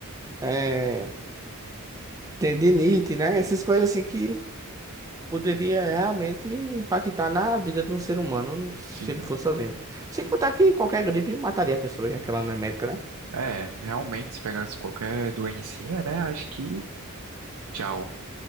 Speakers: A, on the right; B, on the right.
A: eh, tendinite, né? Essas coisas
B: sim,
A: assim que poderia realmente impactar na vida de um ser humano se
B: sim.
A: ele fosse sozinho. Sem contar que qualquer gripe mataria a pessoa, já que ela não é médica, né?
B: É, realmente, se pegasse qualquer doencinha, né, acho que tchau.